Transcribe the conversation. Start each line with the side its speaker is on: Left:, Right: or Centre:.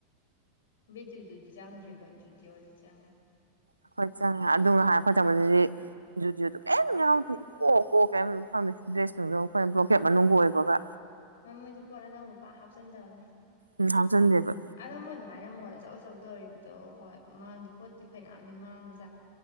Left: ꯕꯦꯠꯇꯨꯗꯨꯗꯤ ꯆꯪꯗ꯭ꯔꯦꯕ ꯖꯨꯗꯤ ꯋꯥꯗꯤ ꯆꯪꯉꯦ
Right: ꯑꯩꯈꯣꯏ ꯆꯪꯉꯦ ꯑꯗꯨꯒ ꯉ ꯍꯥꯏ ꯑꯩꯈꯣꯏ ꯆꯪꯕꯁꯤꯗꯤ ꯨꯗꯤꯑꯣꯗꯣ ꯀꯩꯝ ꯌꯥꯎꯗꯦ ꯏꯀꯣꯛ ꯀꯣꯛ ꯀꯩꯝ ꯐꯪꯗꯦ ꯗ꯭ꯔꯦꯁꯅꯨꯡꯗ ꯑꯩꯈꯣꯏꯅ ꯕ꯭ꯂꯣꯀꯦꯠ ꯃꯅꯨꯡ ꯑꯣꯏꯕꯒ
Left: ꯍꯣꯏ ꯃꯣꯏꯗꯤ ꯄꯣꯠ ꯑꯅꯧꯕ ꯄꯥꯛ ꯍꯥꯞꯆꯤꯟꯗꯕꯅꯦ
Right: ꯎꯝ ꯍꯥꯞꯆꯤꯟꯗꯦꯕ
Left: ꯑꯗ ꯃꯣꯏ ꯑꯗꯨꯃꯥꯏꯅ ꯃꯣꯟꯗ ꯑꯆꯧ ꯑꯆꯧ ꯇꯧꯔꯤꯕꯗꯣ ꯍꯣꯏ ꯃꯥꯡꯗꯦ ꯄꯣꯠꯇꯤ ꯐꯩꯅꯌꯥꯝꯗꯤ ꯃꯥꯡꯕꯁꯤꯁꯨ